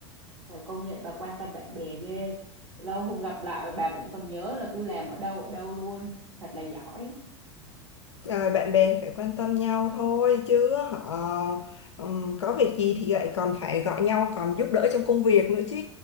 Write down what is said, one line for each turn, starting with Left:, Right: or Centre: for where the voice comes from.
Right: Trời, công nhận bà quan tâm bạn bè ghê. Lâu không gặp lại mà bà vẫn còn nhớ là tôi làm ở đâu ở đâu luôn. Thật là giỏi.
Left: Ờ, bạn bè thì phải quan tâm nhau thôi chứ họ ừm, có việc gì thì lại còn phải gọi nhau còn giúp đỡ trong công việc nữa chứ